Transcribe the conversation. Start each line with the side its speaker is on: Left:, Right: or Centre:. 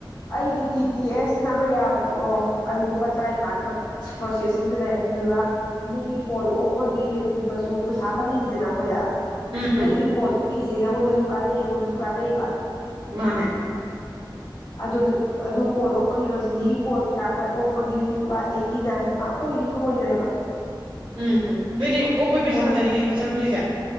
Left: ꯑꯩꯒꯤ ꯇꯤ ꯇꯤ ꯑꯦꯁꯅ ꯑꯃ ꯌꯥꯎꯋꯦꯕꯀꯣ ꯑꯗꯨ ꯂꯨꯄꯥ ꯇꯔꯥꯅꯤꯄꯥꯜꯈꯛ ꯄ꯭ꯔꯣꯁꯦꯁꯤꯡꯗꯨ ꯂꯩ ꯑꯗꯨꯗꯨꯒ ꯃꯤꯒꯤ ꯀꯣꯜ ꯑꯣꯛꯄꯒꯤꯒꯨꯝꯕꯁꯨ ꯄꯩꯁꯥ ꯐꯪꯉꯤꯅꯤꯗꯅ ꯑꯩꯈꯣꯏꯗ
Right: ꯎꯝ
Left: ꯅꯪꯒꯤ ꯀꯣꯜ ꯑꯣꯏꯛꯏꯁꯦ <unintelligible> ꯅꯪꯉꯣꯟꯗꯁꯨ ꯀꯥꯟꯅꯩ ꯑꯩꯉꯣꯟꯗꯁꯨ ꯀꯥꯟꯅꯩꯌ‌ꯦꯕ
Right: ꯃꯥꯅꯦ <unintelligible>
Left: ꯑꯗꯨ ꯑꯗꯨ ꯀꯣꯜ ꯑꯣꯛꯄꯒꯤ ꯔꯣꯖꯤꯂꯤꯒꯤ ꯀꯣꯜ ꯀꯩꯀꯥ ꯈꯔ ꯑꯣꯛꯄꯒꯤ ꯂꯥꯛꯏ ꯇꯤ ꯅꯥꯏꯕ ꯑꯩꯈꯣꯏꯒꯤꯗꯤ ꯂꯣꯏꯒ꯭ꯔꯦꯕ
Right: ꯎꯝ ꯅꯣꯏꯗꯤ ꯑꯣꯛꯄꯩ ꯄꯩꯁꯥ
Left: ꯀꯣꯜ
Right: ꯈꯛꯇꯅꯤꯅꯦꯀꯣ ꯆꯪꯗꯣꯏꯁꯦ